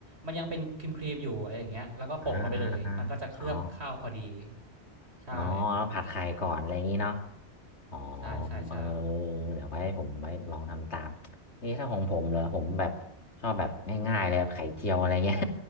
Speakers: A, on the right (about 70°); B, on the left (about 75°).
A: มันยังเป็นครีมครีมอยู่อะไรอย่างเงี้ยแล้วก็โปะลงไปเลยมันก็จะเคลือบข้าวพอดี
B: อ่าอ่าอ่าอ๋อ
A: ใช่
B: อ๋อแล้วผัดไข่ก่อนอะไรอย่างนี้เนาะอ๋อ
A: ใช่ใช่ใช่
B: เออเดี๋ยวไว้ผมไว้ลองทำตามเอ๊ะถ้าของผมเหรอผมแบบชอบแบบง่ายๆเลยแบบไข่เจียวอะไรเงี้ย